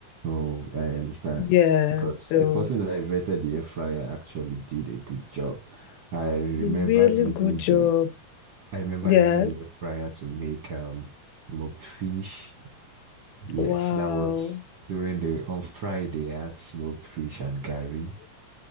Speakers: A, on the right (about 55°); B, on the left (about 85°).
A: so I understand
B: Yeah.
A: because
B: So,
A: the person that I vetted the air fryer actually did a good job. I remembered
B: a really
A: using
B: good job.
A: the I remember
B: Yeah.
A: using the air fryer to make um smoked fish. Yes,
B: Wow.
A: that was during the on Friday I had smoked fish and curry.